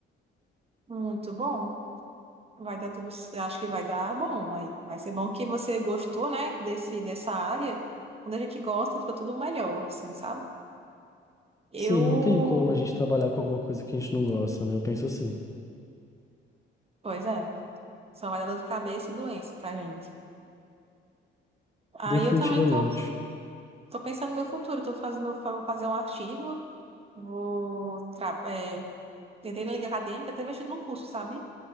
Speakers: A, on the right; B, on the left.
A: muito bom, vai dar tudo. c- Acho que vai dar bom. Aí vai ser bom que você gostou, né, desse, dessa área. Quando a gente gosta, fica tudo melhor, assim, sabe? Eu.
B: Sim, não tem como a gente trabalhar com alguma coisa que a gente não gosta, né? Eu penso assim,
A: Pois é. Só vai dar dor de cabeça e doença pra gente. Aí
B: definitivamente.
A: eu também tô, tô pensando no meu futuro. Tô fazendo, vou fazer um artigo, vou. Tra... É... Tentei na liga acadêmica, até mexer num curso, sabe?